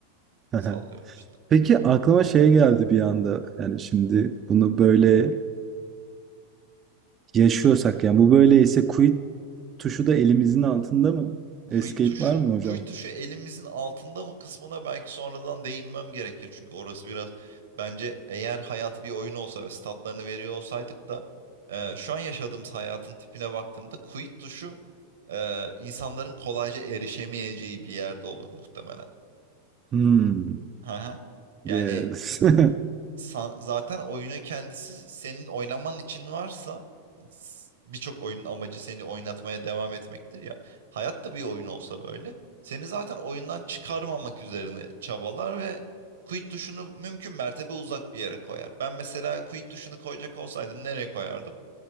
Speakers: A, on the right (about 30°); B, on the right (about 85°).
A: <laughs>
B: Sallıyorum işte.
A: Peki aklıma şey geldi bir anda. Yani şimdi bunu böyle yaşıyorsak yani bu böyleyse quit tuşu da elimizin altında mı?
B: Quit
A: Escape
B: tuşu,
A: var mı hocam?
B: quit tuşu elimizin altında mı kısmına belki sonradan değinmem gerekir. Çünkü orası biraz bence eğer hayat bir oyun olsa ve statlarını veriyor olsaydık da e, şu an yaşadığımız hayatın tipine baktığımda quit tuşu e, insanların kolayca erişemeyeceği bir yerde olur muhtemelen.
A: Hmm.
B: Hı hı. Yani
A: Yes. <laughs>
B: sa- zaten oyunun kendisi senin oynaman için varsa s- birçok oyunun amacı seni oynatmaya devam etmektir ya. Hayat da bir oyun olsa böyle seni zaten oyundan çıkarmamak üzerine çabalar ve quit tuşunu mümkün mertebe uzak bir yere koyar. Ben mesela quit tuşunu koyacak olsaydım nereye koyardım?